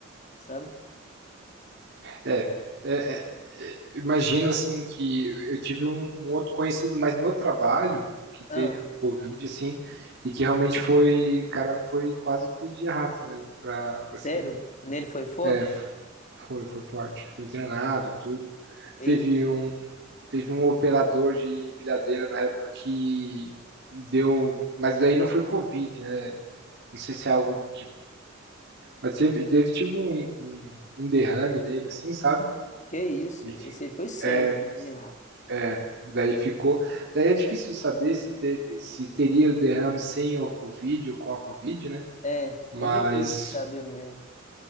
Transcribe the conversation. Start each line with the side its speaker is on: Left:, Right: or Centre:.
Left: sabe?
Right: É, é, é, é, imagino assim que eu tive um, um outro conhecido, mas no trabalho que teve
Left: Ah,
Right: Covid, assim, e que realmente foi, cara, foi quase foi de arrasta mesmo pra, pra cima.
Left: sério? Nele foi forte?
Right: É, foi, foi forte. Ficou internado, tudo.
Left: Eita,
Right: Teve um, teve um operador de empilhadeira na época que deu, mas daí não foi Covid, né? Não sei se é algo que Mas teve, teve tipo um, um, um derrame nele, assim, sabe?
Left: que isso?
Right: E,
Left: Esse
Right: fi-
Left: aí foi sério
Right: é,
Left: também, mano.
Right: é, daí ficou. Daí é difícil saber se, teve, se teria o derrame sem o Covid ou com a Covid, né?
Left: É,
Right: Mas,
Left: é difícil de saber mesmo.